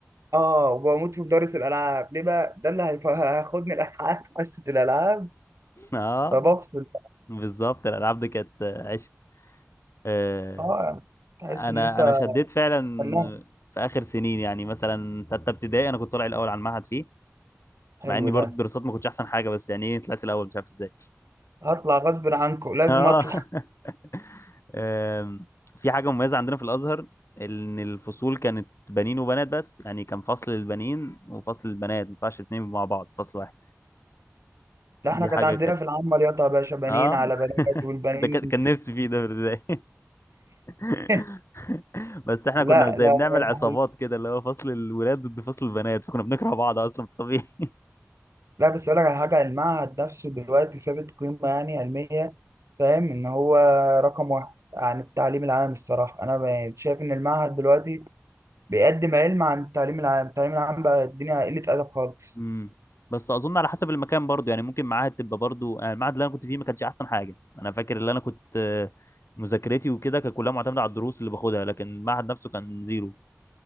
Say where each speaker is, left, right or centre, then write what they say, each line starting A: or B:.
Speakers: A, on the right; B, on the left.
A: اه وبموت في مدرس الالعاب ليه بقى ده اللي هيف- هياخدني الالعاب <laughs> حصه الالعاب
B: <laughs> اه
A: فبفصل بقى.
B: بالظبط الالعاب دي كانت عشق آه،
A: اه تحس
B: انا
A: ان انت
B: انا شديت فعلا
A: فنان
B: في اخر سنين يعني مثلا سته ابتدائي انا كنت طالع الاول على المعهد فيه
A: حلو
B: مع اني برضه
A: ده
B: الدراسات ما كنتش احسن حاجه بس يعني ايه طلعت الاول مش عارف ازاي
A: هطلع غصب عنكم لازم
B: اه
A: اطلع
B: <laughs> آم، في حاجه مميزه عندنا في الازهر ان الفصول كانت بنين وبنات بس يعني كان فصل للبنين وفصل للبنات ما ينفعش اتنين مع بعض فصل واحد
A: لا
B: دي
A: احنا كانت
B: حاجه
A: عندنا
B: كانت
A: في العامه رياضه يا باشا بنين
B: اه
A: على
B: <laughs>
A: بنات والبنين
B: ده كان كان نفسي فيه ده في البدايه <laughs>
A: <laughs>
B: <laughs> بس احنا
A: لا
B: كنا زي
A: لا لا
B: بنعمل عصابات كده اللي هو فصل الولاد ضد فصل البنات فكنا بنكره بعض اصلا في الطبيعي
A: لا، بس اقول لك على حاجه المعهد نفسه دلوقتي ثابت قيمه يعني علميه فاهم ان هو رقم واحد عن التعليم العام الصراحه انا ب- شايف ان المعهد دلوقتي بيقدم علم عن التعليم العام التعليم العام بقى الدنيا قلة أدب خالص
B: امم <laughs> بس اظن على حسب المكان برضو يعني ممكن معاهد تبقى برضو آه، المعهد اللي انا كنت فيه ما كانش احسن حاجه انا فاكر اللي انا كنت آه، مذاكرتي وكده كانت كلها معتمده على الدروس اللي باخدها لكن المعهد نفسه كان زيرو